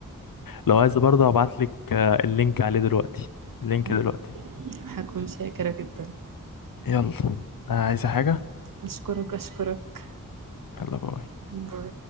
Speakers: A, on the left; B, on the right.
A: لو عايزة برضو هبعت لك آه، اللينك عليه دلوقتي اللينك
B: <laughs>
A: دلوقتي
B: هكون شاكرة جدا
A: يلا عايزة حاجة
B: أشكرك أشكرك
A: يلا باي
B: باي.